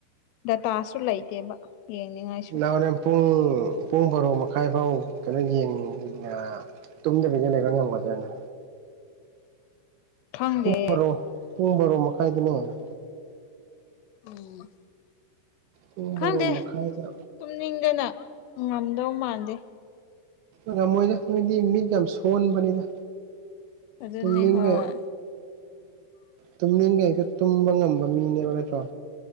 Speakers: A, on the left (about 80°); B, on the right (about 75°).
A: ꯗꯥꯇꯥꯁꯨ ꯂꯩꯇꯦꯕ ꯌꯦꯡꯅꯤꯡꯉꯥꯏꯁꯨ
B: ꯅꯪ ꯍꯣꯔꯦꯟꯅꯦ ꯄꯨꯡ ꯄꯨꯡ ꯕꯥꯔꯣ ꯃꯈꯥꯏ ꯐꯥꯎ ꯀꯩꯅꯣ ꯌꯦꯡꯉꯦ <unintelligible> ꯇꯨꯝꯗꯕꯤꯗ ꯂꯩꯕ ꯉꯝꯒꯗ꯭ꯔꯅꯦ
A: ꯈꯪꯗꯦ
B: ꯄꯨꯡ ꯕꯔꯣ ꯄꯨꯡ ꯕꯣꯔꯣ ꯃꯈꯥꯏꯗꯅꯦ
A: ꯎꯝ
B: ꯄꯨꯡ
A: ꯈꯪꯗꯦ
B: ꯕꯔꯣ ꯃꯈꯥꯏꯗ
A: ꯇꯨꯝꯅꯤꯡꯗꯅ ꯉꯝꯗꯧ ꯃꯥꯟꯗꯦ
B: ꯉꯃꯣꯏꯗ ꯅꯣꯏꯗꯤ ꯃꯤꯠ ꯌꯥꯝ ꯁꯣꯟꯕꯅꯤꯗ
A: ꯑꯗꯨꯅꯦ
B: ꯇꯨꯝꯅꯤꯡꯉ
A: ꯍꯣꯏ
B: ꯇꯨꯝꯅꯤꯡꯈꯩꯛꯇ ꯇꯨꯝꯕ ꯉꯝꯕ ꯃꯤꯅꯦꯕ ꯅꯠꯇ꯭ꯔꯣ